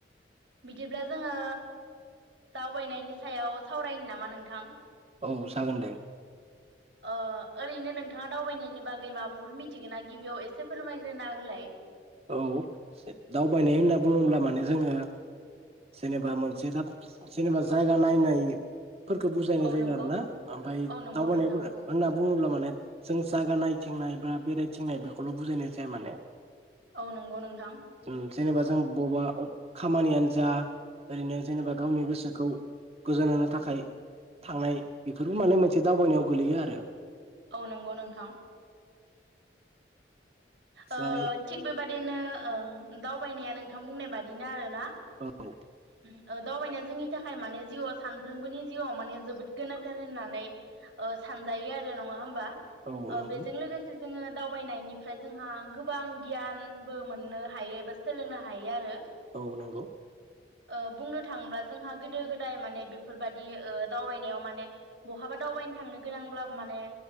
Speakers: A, on the right (about 80°); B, on the right (about 35°).
A: बिदिब्ला जोङो दावबायनायनि सायाव सावरायनो नामा नोंथां?
B: औ जागोन दे ।
A: ओ ओरैनो नोंथाङा दावबायनायनि बागै माबाफोर मिथिगोन ना गिबियाव एसे फोरमायग्रोना होलाय ।
B: औ दावबायनाय होनना बुङोब्ला माने जोङो जेनेबा मोनसे दाब जेनेबा जायगा नायनाय फोरखो बुजायनाय
A: औ
B: जायो
A: नंगौ
B: आरो ना ओमफाय
A: औ नंगौ
B: दावबायनाय
A: नोंथां
B: होनना
A: औ औ
B: बुङोब्ला माने जों जायागा नायथिंनाय बा बेरायथिंनाय बेखौल बुजायनाय जाया माने ।
A: औ नंगौ नोंथां
B: जों जेनेबा जों बबा अब खामानियानो जा ओरैनो जेनेबा गावनि गोसोखौ गोजोन होनो थाखाय थांनाय बेफोरबो माने मोनसे दावबायनायाव गोलैयो आरो ।
A: औ नोंगौ नोंथां ।
B: ओमफ्राय
A: ओ थिग बेबा दिनो ओ दावबायनाया नोंथां बुंनाय बादिनो आरोना ।
B: औ ।
A: ओ दावबायनाया जोंनि थाखाय माने जिउआव सानफ्रोमबोनि जिउआव माने जोबोद गोनांथार होननानै ओ सानजायो आरो नङा होमबा?
B: औ
A: ओ
B: नंगौ
A: बेजों लोगोसे जोङो दावबायनायनिफ्राय जोंहा गोबां गियानबो मोननो हायो एबा सोलोंनो हायो आरो ।
B: औ नंगौ ।
A: ओ बुंनो थाङोब्ला जोंहा गोदो गोदाय माने बेफोरबायदि ओ दावबायनायाव माने बहाबा दावबायनो थांनो गोनांब्ला माने